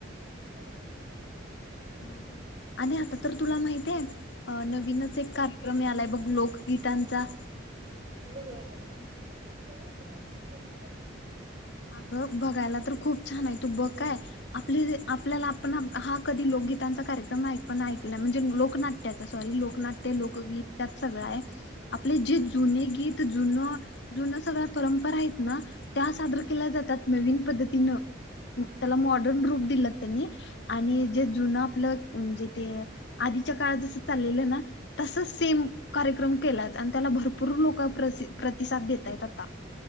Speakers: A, on the right; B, on the left.
A: बरोबर बरोबर म्हणजे त्यांच्या
B: ह हा
A: म्हणजे त्यांची
B: अ
A: जी
B: आता
A: कला
B: तर
A: आहे
B: तुला
A: ना
B: माहित आहे नवीनच एक कार्यक्रम यालाय बघ मग लोकगीतांचा
A: हो होय ग ममी मी पण ऐकलंय पण बघितलेलं नाहीय त
B: अगं बघायला तर खूप छान आहे तू बघ काय आप आपल्या हा कधी लोकगीतांचा कार्यक्रम ऐ म्हणजे लोकनाट्या सॉरी लोक ते लोकगीत
A: हा
B: त्यात सगळं आहे आपले जे
A: हा
B: जुने गीत जु सगळ्या परंपरा आहेत त्या के
A: हा
B: जातात नवीन पद्धती तन त्याला मॉडर्न रूप दिलं त्यांनी आणि जे जुन आपलं म्हणजे ते आधीच्या काळात जस चाललेलं ना तसच सेम कार्यक्रम केलाय आणि त्याला भरपूर लोक प्रतिसाद देतय आता